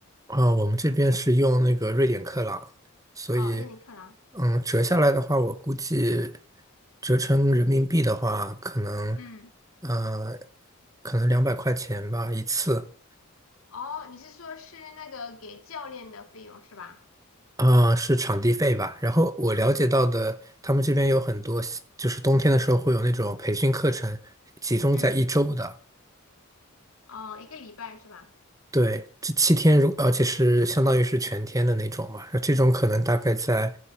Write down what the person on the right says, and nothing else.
啊，我们这边是用那个瑞典克朗，所以，
嗯，折下来的话，我估计折成人民币的话，可能，
呃，可能两百块钱吧一次，
啊，是场地费吧。然后我了解到的，
他们这边有很多，就是冬天的时候会有那种培训课程，集中在一周的。
对，这七天如，而且是相当于是全天的那种嘛，那这种可能大概在，